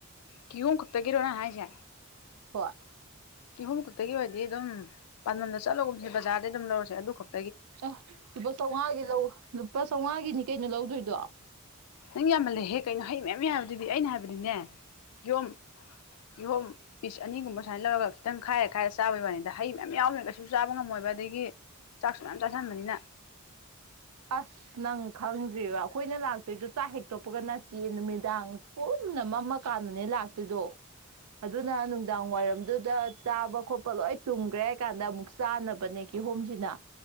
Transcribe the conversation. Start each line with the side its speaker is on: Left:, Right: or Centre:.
Left: ꯀꯤꯌꯣꯝ ꯈꯛꯇꯒꯤꯔꯣꯅ ꯍꯥꯏꯖꯦ
Right: ꯍꯣꯏ
Left: ꯀꯤꯍꯨꯝ ꯈꯛꯇꯒꯤ ꯑꯣꯏꯔꯗꯤ ꯑꯗꯨꯝ ꯄꯥꯟꯗꯝꯗ ꯆꯠꯂꯒꯨꯝꯁꯦ ꯕꯖꯥꯔꯗꯩ ꯑꯗꯨꯝ ꯂꯧꯔꯁꯦ ꯑꯗꯨ ꯈꯛ
Right: ꯑꯦ ꯂꯨꯄꯥ ꯆꯥꯃꯉꯥꯒꯤ ꯂꯧ ꯂꯨꯄꯥ ꯆꯥꯃꯉꯥꯒꯤꯅꯦ ꯀꯩꯅꯣ ꯂꯧꯗꯣꯏꯗꯣ
Left: ꯅꯪ ꯌꯥꯝꯃꯜꯂꯦꯍꯦ ꯀꯩꯅꯣ ꯍꯩ ꯃꯌꯥꯝ ꯌꯥꯝꯃꯤꯁꯤꯗꯤ ꯑꯩꯅ ꯍꯥꯏꯕꯗꯤꯅꯦ ꯀꯤꯍꯣꯝ ꯀꯤꯍꯣꯝ ꯄꯤꯁ ꯑꯅꯤꯒꯨꯝꯕ ꯁꯨꯃꯥꯏꯅ ꯂꯧꯔꯒ ꯈꯤꯇꯪ ꯈꯥꯏꯔ ꯈꯥꯏꯔ ꯆꯥꯕꯒꯤ ꯋꯥꯅꯤꯗ ꯍꯩ ꯃꯌꯥꯝ ꯌꯥꯎꯔꯒ ꯀꯩꯁꯨ ꯆꯥꯕ ꯉꯝꯃꯣꯏꯕ ꯑꯗꯒꯤ ꯆꯥꯛꯁꯨ ꯃꯌꯥꯝ ꯆꯥꯁꯟꯕꯅꯤꯅ
Right: ꯑꯁ ꯅꯪ ꯈꯪꯗ꯭ꯔꯤꯕ ꯑꯩꯈꯣꯏꯅ ꯂꯥꯛꯇꯣꯏꯗꯣ ꯆꯥꯛ ꯍꯦꯛ ꯇꯣꯛꯄꯒ ꯅꯠꯇ ꯏ ꯅꯨꯃꯤꯗꯥꯡ ꯄꯨꯟꯅ ꯃꯝꯃꯀꯥꯟꯗꯅꯦ ꯂꯥꯛꯇꯣꯏꯗꯣ ꯑꯗꯨꯅ ꯅꯨꯡꯗꯥꯡ ꯋꯥꯏꯔꯝꯗꯨꯗ ꯆꯥꯕ ꯈꯣꯠꯄ ꯂꯣꯏ ꯇꯨꯝꯈ꯭ꯔꯦ ꯍꯥꯏ ꯀꯥꯟꯗ ꯑꯃꯨꯛ ꯆꯥꯅꯕꯅꯦ ꯀꯤꯍꯣꯝꯁꯤꯅ